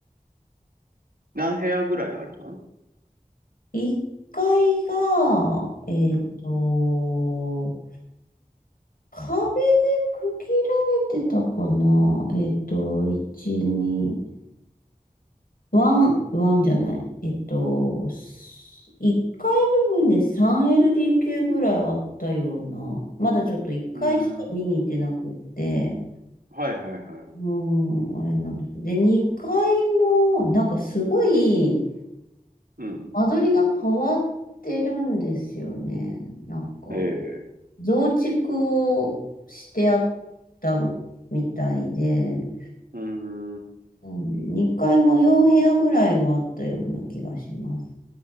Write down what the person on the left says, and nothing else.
1階が、えっと、
壁で区切られてたかな。えっと、1、2、ワン、ワンじゃない。えっと、1階部分で 3LDK ぐらいあったような。まだちょっと1階しか見に行ってなくって。
うん、あれなんです。で、2階も、なんかすごい、
間取りが変わってるんですよね。なんか、
増築をしてあったみたいで、
なんで、2階も4部屋ぐらいはあったような気がします。